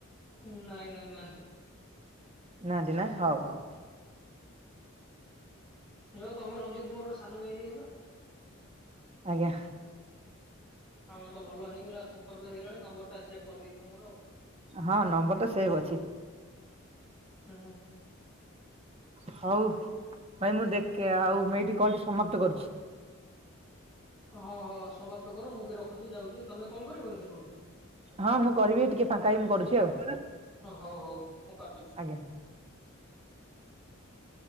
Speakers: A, in the centre; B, on the right.
A: ଉଁ, ନାଇଁ ନାଇଁ ନାହାନ୍ତି।
B: ନାହାଁନ୍ତି ନା ହଉ ହଉ।
A: ଯାଅ ତମରଞ୍ଜିତ ତୁମର ଗୋଟେ ସାନ ଭାଇ ହେଇଗଲା।
B: ଆଜ୍ଞା।
A: ଆମର ତ ଭଲ ହେଇଗଲା ସମ୍ପର୍କ ହେଇଗଲାଣି ନମ୍ବର ଟା ସେଭ୍ କରି ଦେଇଥା ମୋର ଆଉ।
B: ହଁ ନମ୍ବର ତ ସେଭ ଅଛି।
A: ଉଁ।
B: ହଉ। ଭାଇ ମୁଁ ଦେଖେ ଆଉ ମୁଁ ଏଇଠି କଲ୍ ଟି ସମାପ୍ତ କରୁଛି।
A: ହଁ ହଁ ସମାପ୍ତ କର ମୁଁ ବି ରଖୁଛି ଯାଉଛି ତମେ କଲ୍ କରିବନି ସେପଟୁ?
B: ହଁ ମୁଁ କରିବି ଟିକେ ଫାଙ୍କା ହେଇ କି ମୁଁ କରୁଛି ଆଉ।
A: ଓ ହଉ ହଉ ମୁଁ କାଟୁଛି।
B: ଆଜ୍ଞା